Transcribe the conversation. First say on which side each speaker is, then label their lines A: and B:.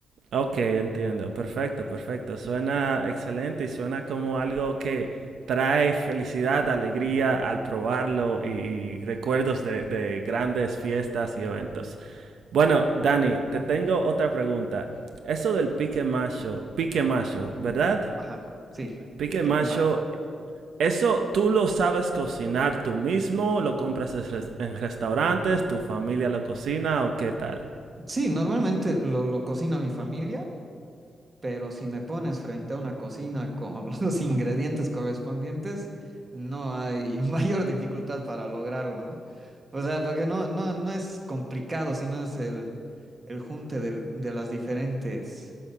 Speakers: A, on the right; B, on the right.
A: Ok, entiendo. Perfecto, perfecto. Suena excelente y suena como algo que trae felicidad, alegría al probarlo y, y recuerdos de, de grandes fiestas y eventos. Bueno, Dani, te tengo otra pregunta. Eso del pique macho, pique macho, ¿verdad?
B: Ajá, sí,
A: Pique
B: pique
A: macho,
B: macho.
A: ¿eso tú lo sabes cocinar tú mismo? ¿Lo compras en res- en restaurantes? ¿Tu familia lo cocina o qué tal?
B: Sí, normalmente lo, lo cocina mi familia, pero si me pones frente a una cocina con <laughs> los ingredientes correspondientes, no hay <laughs> mayor dificultad para lograrlo, ¿no? O sea, porque no, no, no es complicado, sino es el, el junte del- de las diferentes